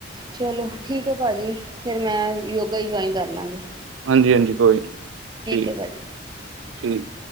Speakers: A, on the right; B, on the right.
A: ਚਲੋ ਠੀਕ ਐ ਭਾਜੀ ਫੇਰ ਮੈਂ ਯੋਗਾ ਹੀ ਜੁਆਇਨ ਕਰ ਲਾਂਗੀ।
B: ਹਾਂਜੀ- ਹਾਂਜੀ ਕੋਈ ਨੀ ਠੀਕ-
A: ਹੈ ਭਾਜੀ
B: ਠੀਕ।